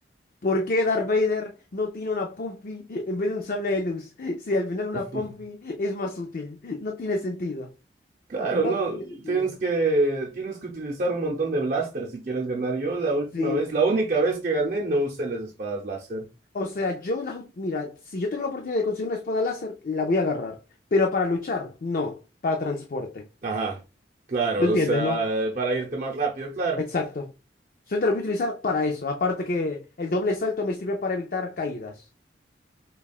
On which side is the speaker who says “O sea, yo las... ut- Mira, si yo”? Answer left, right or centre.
Left